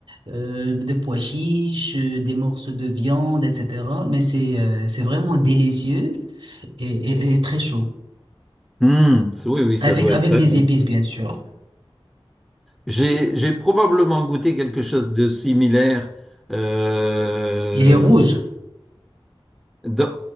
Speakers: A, on the right; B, in the centre.
A: euh, des pois chiches, euh, des morceaux de viande, etc. Mais c'est euh, c'est vraiment délicieux et, et- et très chaud.
B: Hmm, oui, oui, ça
A: Avec,
B: doit
A: avec
B: être très
A: des
B: bon.
A: épices, bien sûr.
B: J'ai, j'ai probablement goûté quelque chose de similaire euh,
A: Et les rouges,
B: Dans-